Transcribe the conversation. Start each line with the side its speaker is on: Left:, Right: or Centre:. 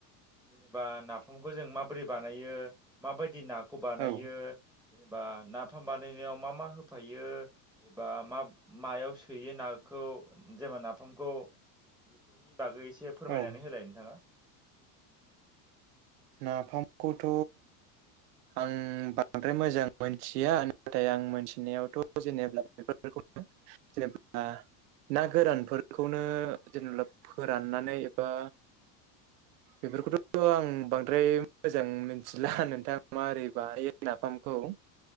Centre: जेनेबा नाफामखौ जों माबोरै बानायो माबायदि नाखौ बानायो।
Right: औ
Centre: जेनेबा नाफाम बानायनायाव मा मा होफायो एबा मा मायाव सोयो नाखौ जेबा नाफामखौ बेफोरनि बागै एसे फोरमायनानै
Right: औ
Centre: होलाय नोंथाङा।
Right: नाफामखौथ' आं बांद्राय मोजां मोनथिया नाथाय आं मोनथिनायावथ' जेनेबा बेफोरखौ <unintelligible> ना गोरानफोरखौनो जेनेबा फोराननानै एबा बेफोरखौथ' आं बांद्राय मोजां मिथिला नोंथां मा बोरै बानायो नाफामखौ औ।